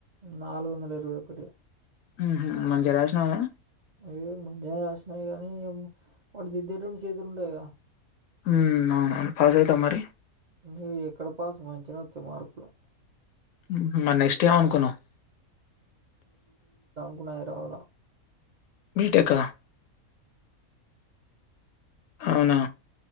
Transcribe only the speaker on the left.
హుహు. మంచిగా రాసినావా?
ఊ అవునవును పాస్ అయితావా మరి
ఉహూ మరి నెక్స్ట్ ఏమనుకున్నవ్
బీటెక్క అవునా